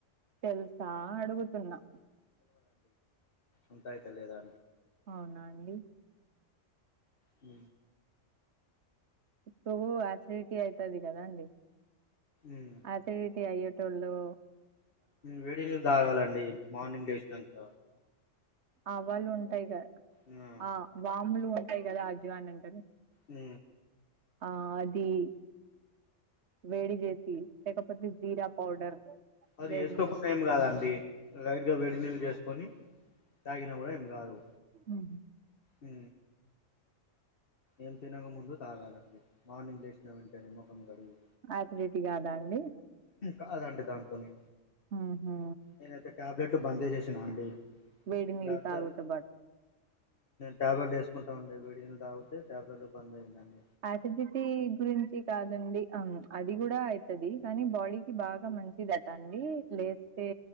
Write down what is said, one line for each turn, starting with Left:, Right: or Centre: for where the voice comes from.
Right: తెలుసా అడుగుతున్నా
Left: ఉంతా అయితలేదా
Right: అవునా అండి
Left: హ
Right: సో ఆచరిటీ అయితది కదాండి
Left: ఉమ్
Right: ఆచరిటీ అయ్యట్ ట్టలు
Left: వేడి నీళ్లు తాగాలండి మార్నింగ్ లేసినంక
Right: ఆవాళు ఉంటాయి కదా,
Left: ఉమ్,
Right: ఆ వాములు ఉంటాయి కదా అజ్వాని అంటారు.
Left: ఉ
Right: ఆ అది వేడిజేసీ లేకపోతే జీరా పౌడర్
Left: అది
Right: వేడి
Left: చేసుకోకుండా
Right: నీళ్ళు
Left: ఏం కాదండి లైట్గా వేడి నీళ్ళు చేసుకొని తాగిన కూడా ఏం కాదు
Right: ఉహ
Left: హ ఏం తినక ముందు తాగాలండి. మార్నింగ్ లేసిన వెంటనే ముఖం గడిగి
Right: ఎసిడిటీ కాదా అండి
Left: కాదండి దానితోని
Right: ఉహు
Left: నేనైతే టాబ్లెట్లు బంద్ చేసా అండి
Right: వేడి నీళ్ళు
Left: డాక్టర్
Right: తాగుతే బట్
Left: టాబ్లెట్ ఉమ్ నేను వేసుకుంటాండి వేడినీళ్లు తాగితే పర్లేదాన్నే
Right: ఆసిడిటీ గురించి కాదండి అవును అది కూడా అయితది కానీ బాడీకి బాగా మంచిదట అండి లేస్తే